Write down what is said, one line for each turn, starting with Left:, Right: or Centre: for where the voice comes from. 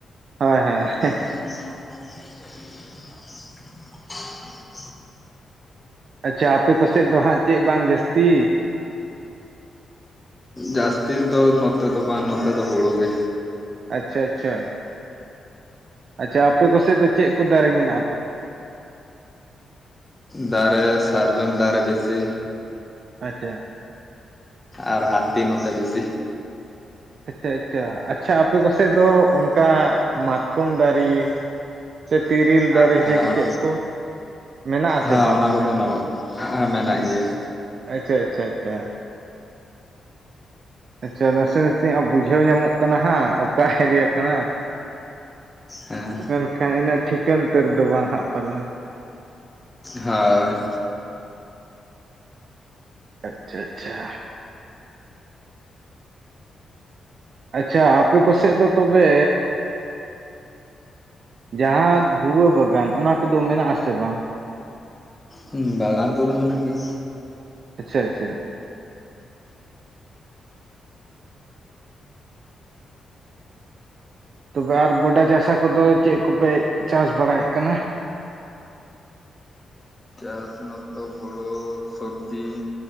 Right: ᱦᱳᱭ ᱦᱳᱭ
Left: <unintelligible>
Right: ᱟᱪᱪᱷᱟ ᱟᱯᱮ ᱠᱚᱥᱮᱫ ᱫᱚ ᱦᱟᱸᱜ ᱪᱮᱫ ᱵᱟᱝ ᱡᱟᱹᱥᱛᱤ
Left: ᱡᱟᱹᱥᱛᱤ ᱫᱚ ᱱᱚᱛᱮ ᱫᱚ ᱵᱟᱝ ᱱᱚᱛᱮ ᱫᱚ ᱦᱩᱲᱩ ᱜᱮ
Right: ᱟᱪᱪᱷᱟ ᱟᱪᱪᱷᱟ ᱟᱪᱪᱷᱟ ᱟᱯᱮ ᱠᱚᱥᱮᱫ ᱫᱚ ᱪᱮᱫ ᱠᱚ ᱫᱟᱨᱮ ᱢᱮᱱᱟᱜᱼᱟ
Left: ᱫᱟᱨᱮ ᱥᱟᱨᱡᱚᱢ ᱫᱟᱨᱮ ᱵᱮᱥᱤ
Right: ᱟᱪᱪᱷᱟ
Left: ᱟᱨ ᱦᱟᱛᱤ ᱢᱟᱛᱚ ᱵᱮᱥᱤ
Right: ᱟᱪᱷᱟ ᱟᱪᱷᱟ ᱟᱪᱪᱷᱟ ᱟᱯᱮ ᱠᱚᱥᱮᱫ ᱫᱚ ᱚᱱᱠᱟ ᱢᱟᱛᱠᱚᱢ ᱫᱟᱨᱮ ᱥᱮ ᱛᱮᱨᱮᱞ
Left: ᱦᱮᱸ
Right: ᱫᱟᱨᱮ
Left: ᱦᱮᱸ
Right: ᱥᱮ ᱪᱮᱫ ᱠᱚ ᱢᱮᱱᱟᱜ ᱟᱥᱮ
Left: ᱦᱮᱸ
Right: ᱵᱟᱝ
Left: ᱚᱱᱟ ᱠᱚᱫᱚ ᱱᱟᱢᱚᱜ ᱢᱮᱱᱟᱜ ᱜᱮᱭᱟ
Right: ᱟᱪᱪᱷᱟ ᱟᱪᱪᱷᱟ ᱟᱪᱪᱷᱟ ᱟᱪᱪᱷᱟ ᱱᱟᱥᱮ ᱱᱟᱥᱮ ᱵᱩᱡᱷᱟᱹᱣ ᱧᱟᱢᱚᱜ ᱠᱟᱱᱟ ᱦᱟᱸᱜ, ᱚᱠᱟ ᱮᱨᱤᱭᱟ ᱠᱟᱱᱟ᱾
Left: ᱦᱮᱸ
Right: ᱢᱮᱱᱠᱷᱟᱱ ᱤᱱᱟᱹᱜ ᱴᱷᱤᱠᱟᱹᱱ ᱩᱛᱟᱹᱨ ᱫᱚ ᱵᱟ ᱱᱷᱟᱜ ᱯᱟᱞᱮ᱾
Left: ᱦᱳᱭ᱾
Right: ᱟᱪᱪᱷᱟ ᱟᱪᱪᱷᱟ᱾ ᱟᱪᱪᱷᱟ ᱟᱯᱮ ᱠᱚᱥᱮᱫ ᱫᱚ ᱛᱚᱵᱮ ᱡᱟᱦᱟᱸ ᱜᱩᱲ ᱵᱟᱜᱟᱱ ᱚᱱᱟ ᱠᱚᱫᱚ ᱢᱮᱱᱟᱜ ᱟᱥᱮ ᱵᱟᱝ?
Left: ᱦᱩᱸ ᱵᱟᱜᱟᱱ ᱠᱚᱫᱚ ᱢᱮᱱᱟᱜ ᱜᱮᱭᱟ᱾
Right: ᱟᱪᱪᱷᱟ ᱟᱪᱪᱷᱟ᱾ ᱛᱚᱵᱮ ᱟᱨ ᱜᱚᱰᱟ ᱪᱟᱥᱟ ᱠᱚᱫᱚ ᱪᱮᱫ ᱠᱚᱯᱮ ᱪᱟᱥ ᱵᱟᱲᱟᱭᱮᱫ ᱠᱟᱱᱟ
Left: ᱪᱟᱥ ᱱᱚᱛᱮ ᱦᱳᱲᱩ ᱥᱚᱵᱽᱡᱤ